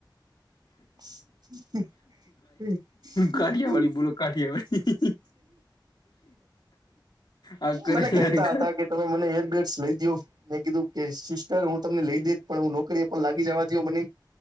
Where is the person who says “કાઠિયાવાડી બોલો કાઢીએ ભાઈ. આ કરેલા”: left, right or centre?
Left